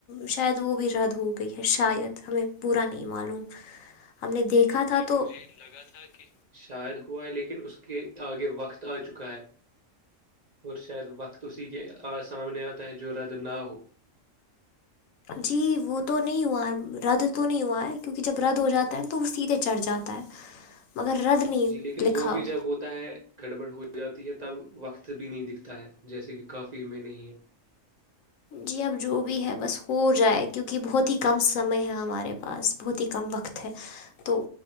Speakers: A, on the left (about 80°); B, on the right (about 40°).
A: شاید وہ بھی رد ہو گئی ہے شاید ہمیں پورا نہیں معلوم ہم نے دیکھا تھا تو لگا تھا کہ
B: شاید ہوا ہے لیکن اس کے آگے وقت آ چکا ہے اور شاید وقت اسی کے سامنے آتا ہے جو رد نہ ہو
A: جی وہ تو نہیں ہوا رد تو نہیں ہوا ہے کیونکہ جب رد ہو جاتا ہے تو وہ سیدھے چڑھ جاتا ہے مگر رد نہیں
B: جی لیکن
A: لکھا
B: وہ بھی
A: ہو
B: جب ہوتا ہے گڑبڑ ہو جاتی ہے تب وقت بھی نہیں دکھتا ہے جیسے کہ کافی میں نہیں ہے
A: جی اب جو بھی ہے بس ہو جائے کیونکہ بہت ہی کم سمے ہے ہمارے پاس بہت ہی کم وقت ہے تو